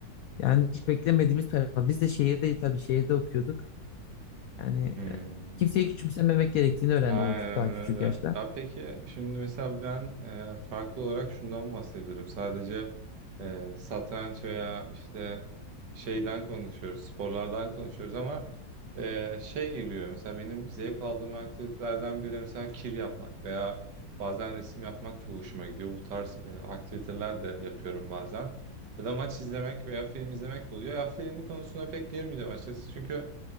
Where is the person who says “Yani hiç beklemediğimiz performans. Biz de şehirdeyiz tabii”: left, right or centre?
Left